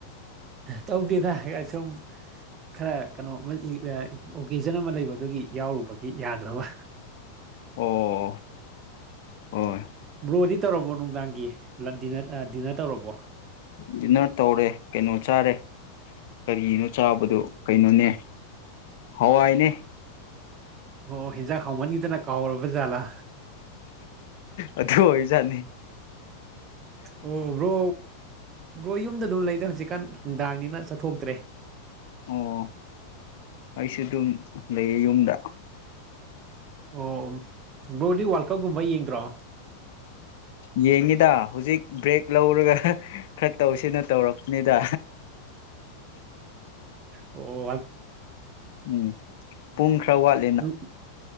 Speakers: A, on the right; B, on the left.
A: ꯇꯧꯗꯦꯗ ꯁꯨꯝ ꯈꯔ ꯀꯩꯅꯣ ꯑꯣꯀꯦꯖꯟ ꯑꯃ ꯂꯩꯕ ꯑꯗꯨꯒꯤ ꯌꯥꯎꯔꯨꯕꯒꯤ ꯌꯥꯗ꯭ꯔꯕ
B: ꯑꯣ ꯍꯣꯏ
A: ꯕ꯭ꯔꯣꯗꯤ ꯇꯧꯔꯕꯣ ꯅꯨꯡꯗꯥꯡꯒꯤ ꯗꯤꯅꯔ ꯇꯧꯔꯕꯣ
B: ꯗꯤꯟꯅꯔ ꯇꯧꯔꯦ ꯀꯩꯅꯣ ꯆꯥꯔꯦ ꯀꯔꯤꯅꯣ ꯆꯥꯕꯗꯣ ꯀꯩꯅꯣꯅꯦ ꯍꯋꯥꯏꯅꯦ
A: ꯑꯣ ꯌꯦꯟꯁꯥꯡ ꯍꯥꯎꯃꯟꯈꯤꯗꯅ ꯀꯥꯎꯔꯕ ꯖꯥꯠꯂꯥ
B: ꯑꯗꯨ ꯑꯣꯏꯖꯠꯅꯤ
A: ꯑꯣ ꯕ꯭ꯔꯣ ꯕ꯭ꯔꯣ ꯌꯨꯝꯗ ꯑꯗꯨꯝ ꯂꯩꯗ ꯍꯧꯖꯤꯛꯀꯥꯟ ꯅꯨꯡꯗꯥꯡꯅꯤꯅ ꯆꯠꯊꯣꯛꯇ꯭ꯔꯦ
B: ꯑꯣ ꯑꯩꯁꯨ ꯑꯗꯨꯝ ꯂꯩꯌꯦ ꯌꯨꯝꯗ
A: ꯑꯣ ꯕ꯭ꯔꯣ ꯗꯤ ꯋꯥꯔꯀꯞꯒꯨꯝꯕ ꯌꯦꯡꯗ꯭ꯔꯣ
B: ꯌꯦꯡꯉꯤꯗ ꯍꯧꯖꯤꯛ ꯕ꯭ꯔꯦꯛ ꯂꯧꯔꯒ ꯈꯔ ꯇꯧꯁꯤꯅ ꯇꯧꯔꯛꯕꯅꯤꯗ
A: ꯑꯣ
B: ꯎꯝ ꯄꯨꯡ ꯈꯔ ꯋꯥꯠꯂꯤ
A: ꯑꯗꯨꯝ